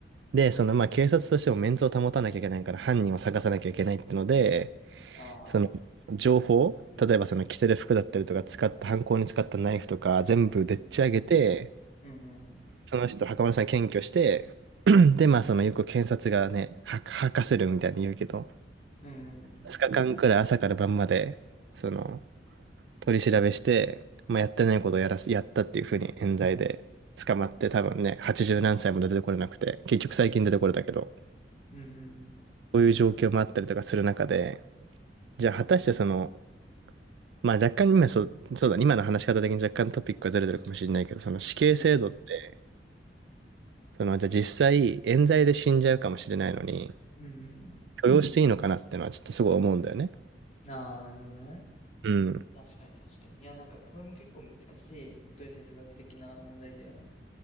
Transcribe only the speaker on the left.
ああ、
うん。うんうんうん
うん。
ううんうん。
うん
うん
うん。ああ、なるほどね。
確かに確かに。いや、なんかこれも結構難しい、本当に哲学的な問題だよね。